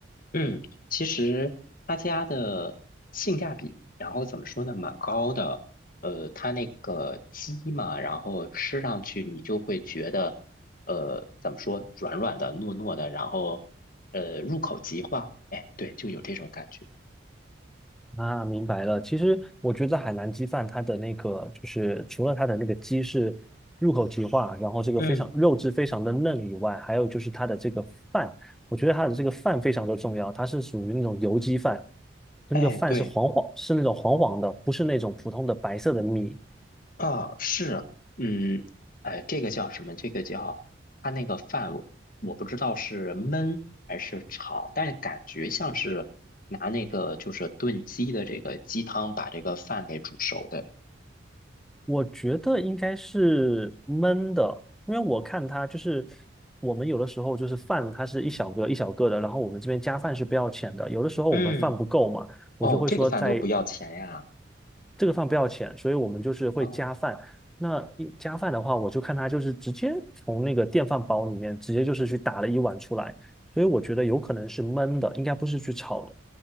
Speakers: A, on the left; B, in the centre.
A: 嗯，其实他家的性价比，然后怎么说呢，蛮高的。呃，他那个鸡嘛，然后吃上去你就会觉得，呃，怎么说，软软的、糯糯的，然后，呃，入口即化。哎，对，就有这种感觉。
B: 啊，明白了。其实我觉得海南鸡饭它的那个，就是除了它的那个鸡是入口即化，然后这个非常肉质非常的嫩以外，
A: 嗯，
B: 还有就是它的这个饭，我觉得它的这个饭非常的重要，它是属于那种油鸡饭，就那个饭是黄黄，
A: 哎，对。
B: 是那种黄黄的，不是那种普通的白色的米，
A: 啊，是，嗯，哎，这个叫什么？这个叫它那个饭我，我不知道是焖还是炒，但是感觉像是拿那个就是炖鸡的这个鸡汤把这个饭给煮熟的。
B: 我觉得应该是焖的，因为我看它就是我们有的时候就是饭，它是一小个一小个的，然后我们这边加饭是不要钱的。有的时候我们饭不够嘛，
A: 嗯，
B: 我就会说在
A: 哦，这个饭都不要钱呀。
B: 这个饭不要钱，所以我们就是会加饭。
A: 哦，
B: 那一加饭的话，我就看它就是直接从那个电饭煲里面直接就是去打了一碗出来，所以我觉得有可能是焖的，应该不是去炒的。